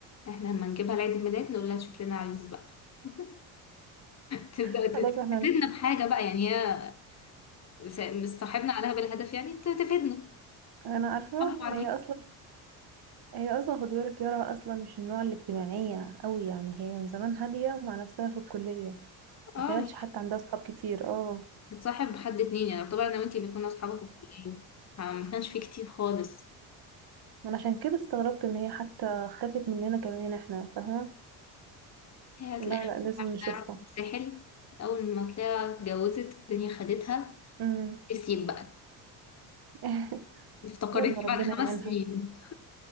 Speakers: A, on the left; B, on the right.
A: احنا لما نجيبها لعيد الميلاد نقول لها شوف لنا عريس بقى <laughs> تبدأ
B: خلاص
A: ت-
B: احنا
A: تفيدنا بحاجة بقى يعني هي س- مصاحبنا عليها بالهدف يعني ت- تفيدنا
B: انا عارفة
A: صح بعدين
B: هي اصلا هي اصلا خدي بالك يارا اصلا مش النوع الاجتماعية قوي يعني هي من زمان هادية مع نفسها في الكلية
A: اه
B: ما كانتش حتى عندها صحاب كتير اه
A: بتصاحب حد اتنين يعني طبعا انا وانتي اللي كنا اصحابك في الكلية فما كانش في كتير خالص
B: انا عشان كده استغربت ان هي حتى اختفت مننا كمان احنا فاهمة
A: هي هتلاقيها
B: لا لا لازم نشوفها
A: راحت الساحل اول ما تلاقيها اتجوزت الدنيا خدتها
B: امم
A: نسيت بقى
B: <laughs>
A: افتكرتني
B: يلا ربنا
A: بعد خمس
B: يعينها
A: سنين